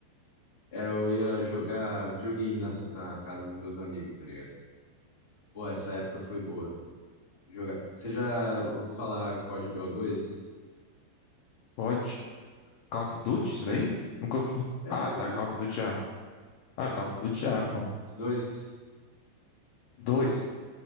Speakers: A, on the left; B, on the left.
A: é, eu ia jogar videogame na, sa- na casa dos meus amigos, tá ligado? Pô, essa época foi boa. Jogar... Você já ouviu falar COD BO2?
B: Pode. Call of Duty, isso
A: É.
B: daí? Nunca ouvi falar.
A: É,
B: Ah,
A: é.
B: tá, Call of Duty já. Ah, Call of Duty já, pô.
A: Dois.
B: Dois.